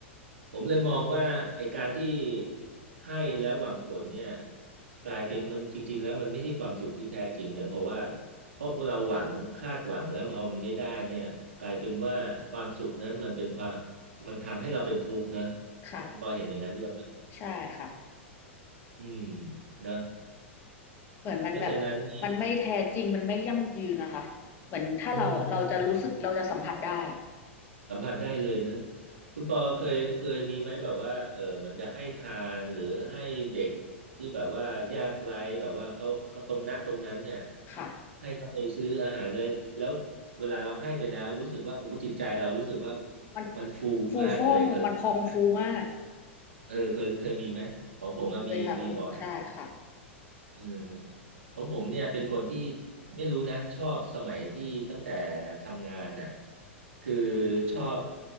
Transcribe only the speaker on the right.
ผมเลยมองว่าไอ้การที่ให้แล้วหวังผลเนี่ยกลายเป็นมันจริงๆแล้วมันไม่ใช่ความสุขที่แท้จริงนะเพราะว่าเพราะเราหวังคาดหวังแล้วพอมันไม่ได้เนี่ยกลายเป็นว่าความสุขนั้นมันเป็นความมันทำให้เราเป็นทุกข์นะ
คุณปอเห็นอย่างนั้นด้วยปะ
อืมนะ
เพราะฉะนั้นนี่อืม สัมผัสได้เลยนะคุณปอเคยเคยมีไหมแบบว่าเออเหมือนกับให้ทานหรือให้เด็กที่แบบว่ายากไร้แบบว่าเขาเขาตรงนั้นตรงนั้นเนี่ย
ให้เขาไปซื้ออาหารเลยแล้วเวลาเราให้ไปแล้วรู้สึกว่าโอ้โหจิตใจเรารู้สึกว่า
มันฟูมากเลยเค
ยเออเคยเคยมีไหมของผมอะมีมีบ่อย
เออของผมเนี่ยเป็นคนที่ไม่รู้นะชอบสมัยที่ตั้งแต่ทำงานน่ะคือชอบ